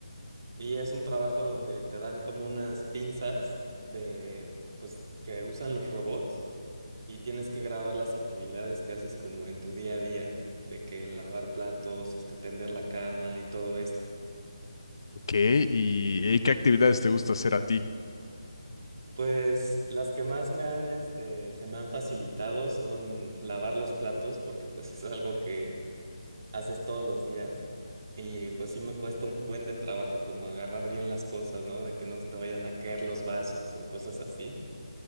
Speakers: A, on the right; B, on the left.
A: y es un trabajo donde te dan como unas pinzas de pues que usan los robots y tienes que grabar las actividades que haces como en tu día a día, de que lavar platos, este tender la cama y todo esto.
B: Ok, ¿y, y qué actividades te gusta hacer a ti?
A: Pues las que más me han este se me han facilitado son lavar los platos porque pues es algo que haces todos los días. Y pues sí me cuesta un buen de trabajo como agarrar bien las cosas, ¿no? De que no se te vayan a caer los vasos o cosas así.